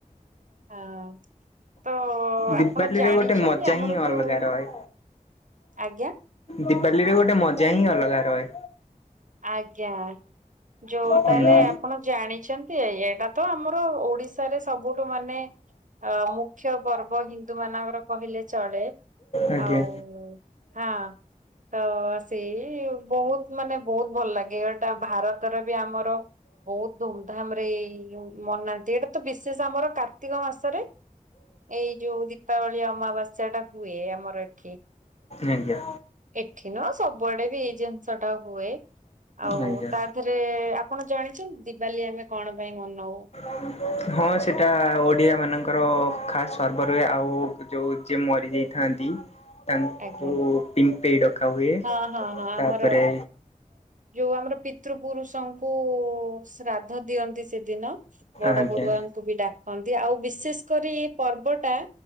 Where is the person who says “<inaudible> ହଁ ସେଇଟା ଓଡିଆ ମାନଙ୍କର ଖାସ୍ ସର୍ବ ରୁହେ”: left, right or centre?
Left